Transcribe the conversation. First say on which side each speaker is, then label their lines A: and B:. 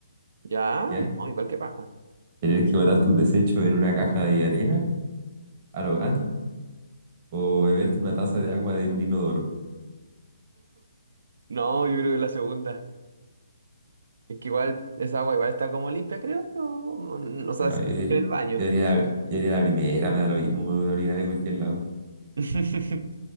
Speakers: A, on the right (about 65°); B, on the right (about 35°).
A: ya,
B: ¿ya?
A: no, igual que paja.
B: Tener que botar tus desechos en una caja de arena a los gatos o beberte una taza de agua de un inodoro.
A: No, yo creo que la segunda. Es que igual esa agua igual está como limpia, creo yo. O sea,
B: Yo,
A: sí,
B: yo-
A: en el baño.
B: yo haría la, yo haría la primera, me da lo mismo me voy a orinar en cualquier lado.
A: <laughs>